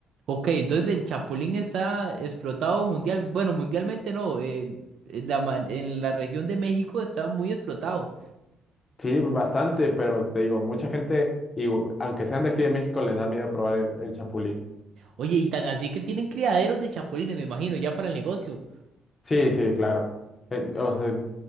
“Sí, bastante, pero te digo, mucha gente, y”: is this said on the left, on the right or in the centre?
Left